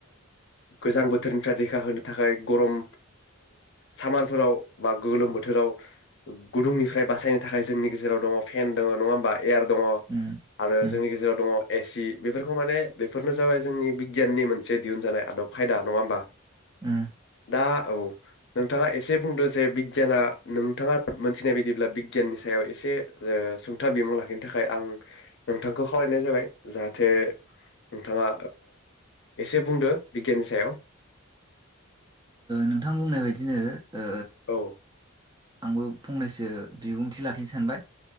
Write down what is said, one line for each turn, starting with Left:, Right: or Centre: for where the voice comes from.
Left: गोजां बोथोरनिफ्राय रैखा होनो थाखाय गरम सामारफोराव बा गोलोम बोथोराव गुदुंनिफ्राय बासायनो। बासायनो थाखाय जोंनि गेजेराव दङ फेन दङ नङा होमबा। एयार दङ
Right: उम औ उम
Left: आरो
Right: उम
Left: जोंनि गेजेराव दङ। एसि बेफोरखौ माने बेफोरनो जाबाय जोंनि बिगियाननि मोनसे दिहुनजानाय आदब खायदा, नङा होमबा?
Right: उम
Left: दा औ नोंथाङा एसे बुंदों जे बिगियाना नोंथाङा मोनथिनाय बायदिब्ला बिगियाननि सायाव एसे सुंथाब बिमुं लाखिनो थाखाय आं नोंथांखौ खावलायनाय जाबाय जाहाथे नोंथाङा एसे बुंदो बिगियाननि सायाव।
Right: नोंथां बुंनाय बायदिनो ओ
Left: औ,
Right: आंबो फंनैसो बिबुंथि लाखिनो सानबाय।